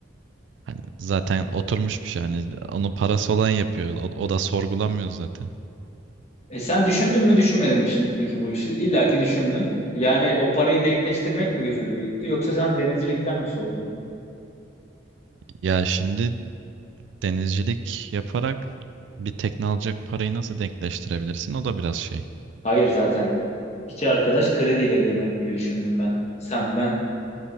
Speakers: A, on the right (about 70°); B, on the left (about 35°).
A: Hani zaten oturmuş bir şey. Hani onu parası olan yapıyor. O, o da sorgulamıyor zaten.
B: E sen düşündün mü düşünmedin mi şimdi peki bu işi? İlla ki düşündün. Yani o parayı denkleştirmek mi gözünü büyüttü yoksa sen denizcilikten mi soğudun?
A: Ya şimdi denizcilik yaparak bir tekne alacak parayı nasıl denkleştirebilirsin? O da biraz şey.
B: Hayır zaten. İki arkadaş krediyle girmek gibi düşündüm ben. Sen ben.